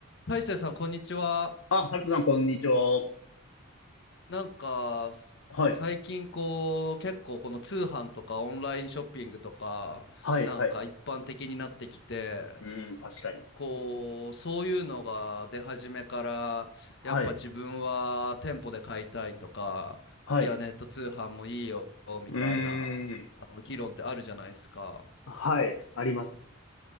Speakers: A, on the left; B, on the left.
A: 大成さん、こんにちは。
B: あ、ハルトさん、こんにちは。
A: なんか、す最近こう、
B: はい。
A: 結構この通販とかオンラインショッピングとか、
B: はい、
A: なんか一般的になってきて、
B: はい。うーん、確かに。
A: こう、そういうのが出始めから、
B: はい、
A: やっぱ自分は店舗で買いたいとか、
B: はい。
A: いや、ネット通販もいいよ、みたいな、
B: うーん、
A: あの、議論ってあるじゃないですか。
B: はい、あります。